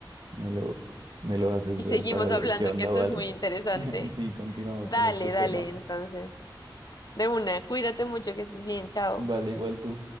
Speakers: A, on the right; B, on the left.
A: me lo, me lo haces
B: Y
A: ver
B: seguimos
A: para ver
B: hablando,
A: qué onda,
B: que esto
A: ¿vale?
B: es muy interesante.
A: <laughs> Sí, continuamos
B: Dale,
A: con este tema.
B: dale, entonces. De una, cuídate mucho, que estés bien, chao.
A: Vale, igual tú.